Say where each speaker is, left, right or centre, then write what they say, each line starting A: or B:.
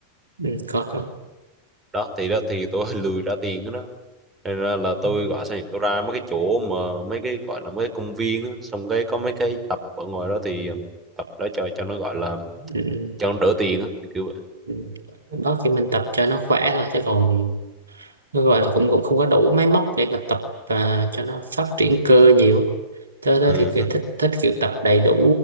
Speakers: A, on the right; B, on the right.
A: Ừ. có không
B: đó thì đó thì tôi <laughs> lười ra tiền đó, đó. Nên là, là tôi
A: ừ.
B: gọi sao nhỉ tôi ra mấy cái chỗ mà mấy cái gọi là mấy cái công viên á, xong cái có mấy cái tập ở ngoài đó thì um, tập đó cho cho nó gọi là
A: ừ.
B: cho nó đỡ tiền á kiểu kiểu vậy
A: Ừ. đó thì mình tập cho nó khỏe thôi chứ còn nó gọi là cũng cũng không có đủ máy móc để mà tập và cho nó phát triển cơ nhiều á. tớ tớ
B: ừ
A: thì kiểu
B: hứ,
A: thích thích kiểu tập đầy đủ